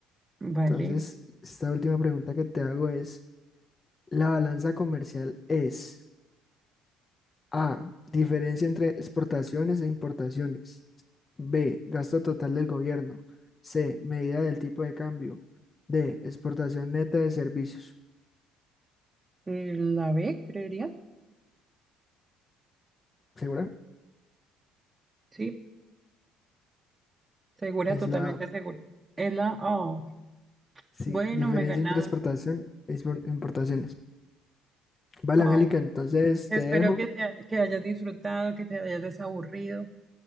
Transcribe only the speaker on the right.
Vale.
Eh, la B, creería.
Sí, segura,
totalmente
segura. Es la A.
bueno,
me ganas.
Oh,
espero
que te que hayas disfrutado, que te hayas desaburrido.